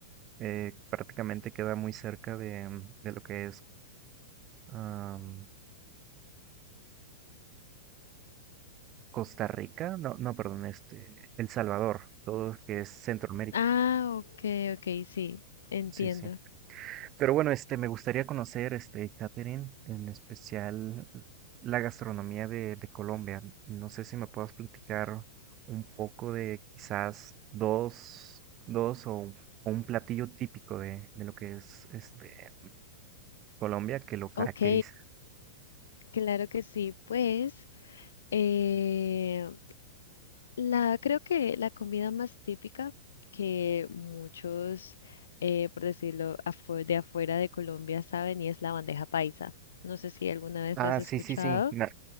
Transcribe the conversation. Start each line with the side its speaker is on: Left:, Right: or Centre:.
Right: Eh, prácticamente queda muy cerca de, mm, de lo que es am, Costa Rica, no, no, perdón, este, El Salvador, todo lo que es Centroamérica.
Left: Ah, ok, ok, sí, entiendo.
Right: Sí, sí. Pero bueno, este, me gustaría conocer, este, Catherine, en especial la gastronomía de, de Colombia. No sé si me puedas platicar un poco de quizás dos, dos o, o un platillo típico de, de lo que es este Colombia que lo caracteriza.
Left: Ok, claro que sí. Pues eh, la creo que la comida más típica que muchos, eh, por decirlo, afu- de afuera de Colombia saben y es la bandeja paisa. No sé si alguna vez
Right: Ah,
Left: lo has
Right: sí,
Left: escuchado.
Right: sí, sí. me-